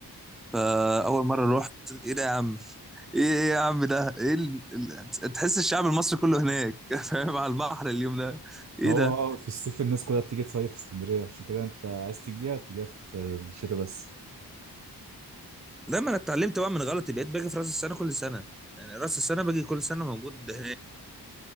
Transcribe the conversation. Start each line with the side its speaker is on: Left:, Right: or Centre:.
Centre: فاول مره رحت ايه ده يا عم ايه إيه يا عم ده ايه ال... ال... تحس الشعب المصري كله هناك <laughs> فاهم على البحر اليوم ده ايه
Right: ما هو
Centre: ده
Right: اه في الصيف الناس كلها بتيجي تصيف في اسكندرية عشان كده انت عايز تجيها تجيها في الشتاء بس
Centre: لما انا اتعلمت بقى من غلطي بقيت باجي في راس السنه كل سنه يعني راس السنه باجي كل سنه موجود ده هناك